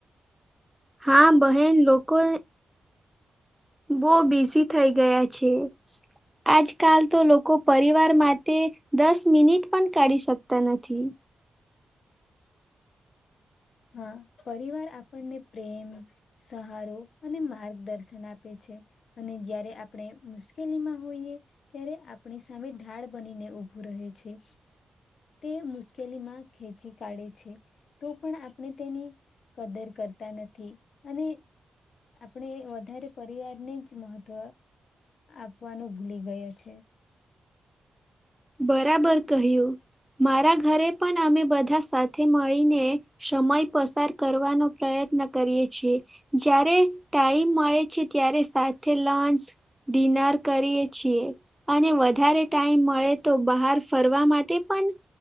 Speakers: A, in the centre; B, on the left.
A: હા બહેન લોકો બોવ બિઝી થઈ ગયા છે. આજકાલ તો લોકો પરિવાર માટે દસ મિનિટ પણ કાઢી શકતા નથી.
B: હા પરિવાર આપણને પ્રેમ સહારો અને માર્ગદર્શન આપે છે અને જયારે આપણે મુશ્કેલીમાં હોઈએ ત્યારે આપણી સામે ઢાળ બનીને ઉઊભું રહે છે છેી તે મુશ્કેલીમાં ખેચી કાઢે છે તો પણ આપણે તેની કદર કરતા નથી અને આપણે વધારે પરિવારને જ મહત્વ આપવાનું ભૂલી ગયા છે
A: બરાબર કહ્યું મારા ઘરે પણ અમે બધા સાથે મળીને સમય પસાર કરવાનો પ્રયત્ન કરીએ છીએ જ્યારે ટાઈમ મળે છે ત્યારે સાથે લંચ ડિનર કરીએ છીએ અને વધારે ટાઈમ મળે તો બહાર ફરવા માટે પણ